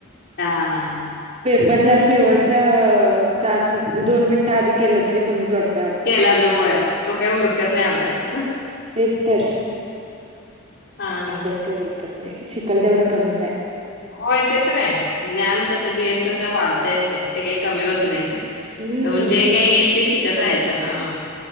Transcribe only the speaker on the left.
हा हा हा
केला त होय तो काही उरकत नाही अभ्यास
हा हा.
होय ते तर आहे ज्ञान कसं घेईल तसं वाढतयच ते ते काय कमी होत. नाही.
तर मग जे
काय येईल ते शिकत राहायचं. हा..